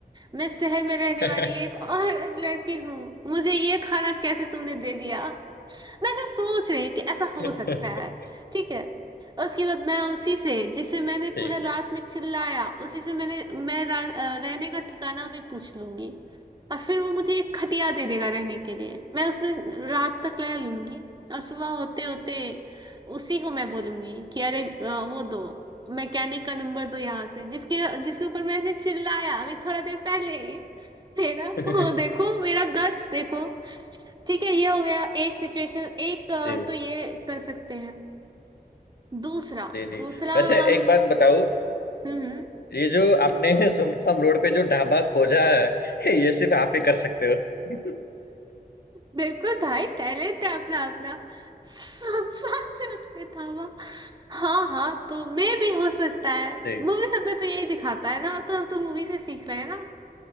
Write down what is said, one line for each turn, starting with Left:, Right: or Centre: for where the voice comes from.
Right: मैं शहर में रहने
Left: <laughs>
Right: वाली एक और लड़की हूँ मुझे ये खाना कैसे तुमने दे दिया मैं ऐसा सोच रही हूँ कि ऐसा हो
Left: ठीक
Right: सकता है ठीक है उसके बाद मैं उसी से जिसे मैंने
Left: है
Right: पूरा रात में चिल्लाया उसी से मैंने मैं रा, अ, रहने का ठिकाना भी पूछ लूंगी और फिर वो मुझे एक खटिया दे देगा रहने के लिए मैं उसमें रात तक रह लूंगी और सुबह होते होते उसी को मैं बोलूंगी कि अरे अ, वो दो मैकेनिक का नंबर दो यहाँ से जिसके जिसके ऊपर मैंने चिल्लाया अभी थोड़ा देर पहले ही मेरा
Left: <laughs>
Right: वो देखो मेरा गट्स देखो ठीक है ये हो गया एक सिचुएशन एक अ,
Left: जी
Right: तो ये कर सकते हैं दूसरा
Left: जी जी
Right: दूसरा
Left: वैसे
Right: हम
Left: एक बात बताओ
Right: हम्म हम्म,
Left: ये जो आपने <laughs> सुमसम रोड पे जो ढाबा खोजा है <laughs> ये सिर्फ आप ही कर सकते हो <laughs>
Right: बिल्कुल भाई टैलेंट है अपना अपना संसार में उतने धावा हाँ हाँ तो मैं भी हो सकता है
Left: जी
Right: मूवी सब में तो यही दिखाता है ना तो हम तो मूवी से सीख रहे हैं ना